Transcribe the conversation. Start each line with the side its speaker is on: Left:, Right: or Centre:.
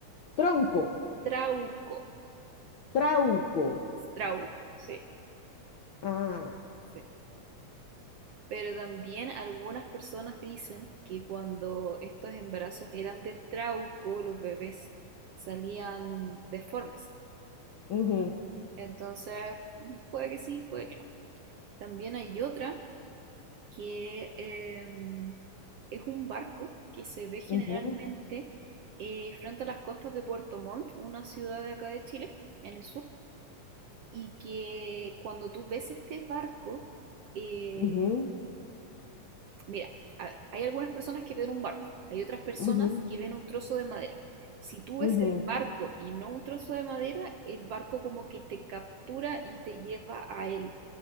Left: Tronco,
Right: trauco,
Left: trauco.
Right: trauco, sí,
Left: Ah,
Right: sí. Pero también algunas personas dicen que cuando estos embarazos eran de trauco, los bebés salían deformes.
Left: ujú,
Right: Entonces, mm, puede que sí, puede que no. También hay otra que eh, es un barco que se ve generalmente
Left: ujú,
Right: eh, frente a las costas de Puerto Montt, una ciudad de acá de Chile, en el sur, y que cuando tú ves este barco, eh,
Left: ujú, ujú,
Right: mira, a ver, hay algunas personas que ven un barco, hay otras personas
Left: ujú,
Right: que ven un trozo de madera. Si tú ves
Left: ujú,
Right: el barco y no un trozo de madera, el barco como que te captura y te lleva a él,